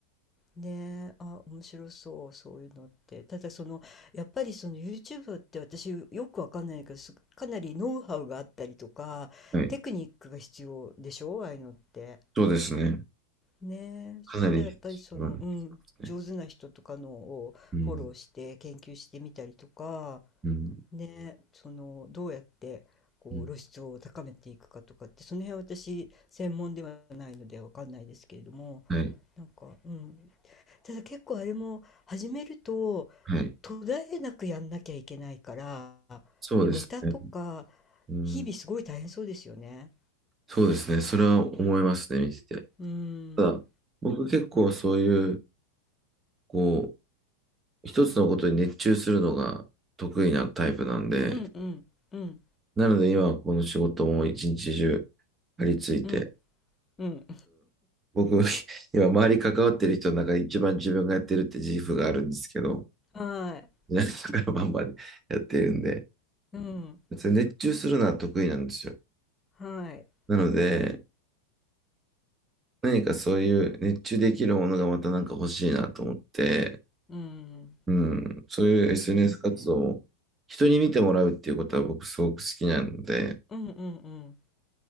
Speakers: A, on the left (about 15°); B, on the right (about 20°).
A: ね、あ、面白そう、そういうのって。ただその、やっぱりその YouTube って私よくわかんないけど、すかなりノウハウがあったりとか、
B: はい、
A: テクニックが必要でしょ、ああいうのって。
B: そうですね。
A: ねえ、そしたらやっぱりその、
B: かなり必要なんですね。
A: うん、上手な人とかのをフォローして研究してみたりとか、
B: うん、うん、
A: ねえ、そのどうやってこう露出を高めていくかとかって、
B: うん、
A: その辺は私専門ではないのでわかんないですけれども、
B: はい、
A: なんか、うん、ただ結構あれも始めると
B: はい、
A: 途絶えなくやんなきゃいけないから、
B: そうですね。
A: ネタとか
B: うん、
A: 日々すごい大変そうですよね。
B: そうですね。それは思いますね、見てて。
A: うん、
B: ただ、僕結構そういう、こう、一つのことに熱中するのが得意なタイプなんで、
A: うんうんうん
B: なので今はこの仕事も一日中張り付いて、
A: うんうん、
B: 僕、<laughs> 今周り関わってる人の中で一番自分がやってるって自負があるんですけど、
A: はい。
B: <laughs> 皆さんからバンバンやってるんで、
A: うん。
B: 別に熱中するのは得意なんですよ。
A: はい。
B: なので、何かそういう熱中できるものがまたなんか欲しいなと思って、
A: うん。
B: うん、そういう SNS
A: いいですね。
B: 活動を人に見てもらうっていうことは僕すごく好きなので、
A: うんうんうん。